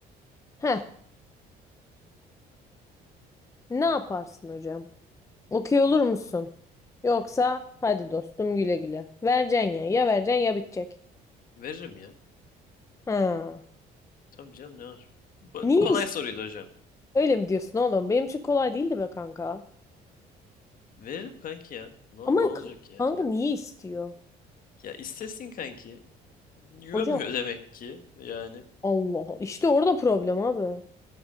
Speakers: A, on the left; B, on the left.
A: Heh ne yaparsın hocam? Okuyor olur musun? Yoksa hadi dostum güle güle. Vereceksin ya. Ya vereceksin ya bitecek.
B: Veririm ya.
A: Ha.
B: Tabii canım ne var? Bu,
A: Niye
B: bu kolay
A: istiyor?
B: soruydu hocam.
A: Öyle mi diyorsun oğlum? Benim için kolay değildi be kanka.
B: Veririm kanki ya. Ne, ol-
A: Ama
B: ne olacak
A: kanka,
B: ya?
A: kanka niye istiyor?
B: Ya istesin kanki. Güvenmiyor
A: Hoca
B: demek ki yani.
A: Allah Allah. İşte orada problem abi.